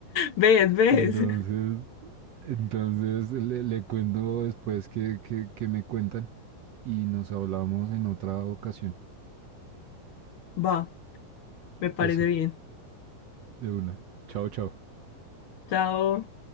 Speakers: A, on the left; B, on the right.
A: ¿Ves? ¿Ves?
B: Entonces, entonces le, le cuento después que, que, que me cuentan y nos hablamos en otra ocasión.
A: Va, me parece
B: Eso,
A: bien.
B: de una. Chao, chao.
A: Chao.